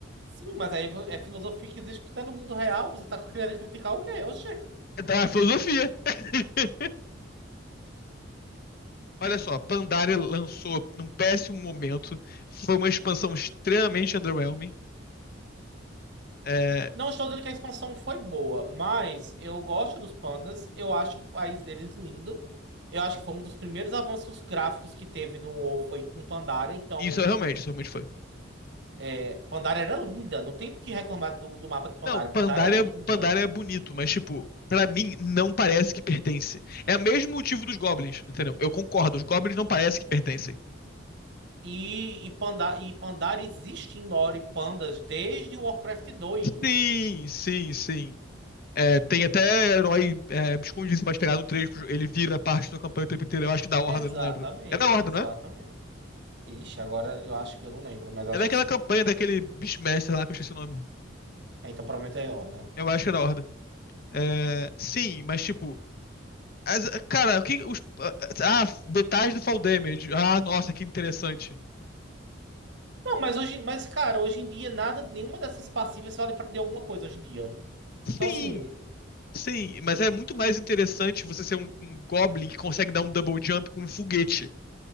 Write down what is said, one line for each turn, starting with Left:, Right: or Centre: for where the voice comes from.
Right: sim, mas aí vo- é filosofia que existe até no mundo real. Você tá querendo criticar o quê? Oxê.
Left: É da filosofia. <laughs> Olha só, Pandaria lançou num péssimo momento, foi uma expansão extremamente underwhelming. É,
Right: Não estou dizendo que a expansão foi boa, mas eu gosto dos pandas, eu acho o país deles lindo. Eu acho que foi um dos primeiros avanços gráficos que teve no WoW foi com Pandaria, então
Left: isso é realmente, isso realmente foi.
Right: é, Pandaria era linda, não tem o que reclamar do, do mapa de Pandaria.
Left: Não, Pandaria,
Right: Pandaria era linda.
Left: Pandaria é bonito, mas tipo, pra mim não parece que pertence. É o mesmo motivo dos goblins, entendeu? Eu concordo, os goblins não parece que pertencem.
Right: E, e, Panda, e Pandaria existe em lore pandas desde o Warcraft 2.
Left: Sim, sim, sim. É, tem até herói é, escondido, você pode pegar no 3, ele vira parte da campanha o tempo inteiro. Eu acho que da Horda,
Right: Exatamente,
Left: não lembro. É da Horda,
Right: exatamente.
Left: não é?
Right: Ixi, agora eu acho que eu não lembro, mas acho
Left: É daquela
Right: que sim.
Left: campanha daquele Beastmaster lá que eu esqueci o nome.
Right: Ah, Então provavelmente é ó, né?
Left: Eu acho que é da Horda. É, sim, mas tipo. as- cara, o que. Os, ah, detalhes do Fall Damage. Ah, nossa, que interessante.
Right: Não, mas hoje, mas cara, hoje em dia nada, nenhuma dessas passivas vale pra, de alguma coisa hoje em dia.
Left: Sim,
Right: Então assim,
Left: sim, mas é muito mais interessante você ser um, um Goblin que consegue dar um double jump com um foguete.